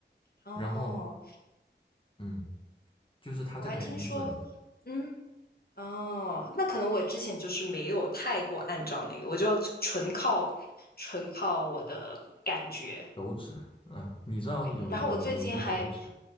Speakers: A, on the left (about 55°); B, on the left (about 25°).
A: 哦，
B: 然后，嗯，就是它这个还挺准的。
A: 我还听说，嗯。哦，那可能我之前就是没有太过按照那个，我就纯靠纯靠我的感觉。
B: 手指，嗯、你知道有有有一个手指，
A: 对，然后我最近还，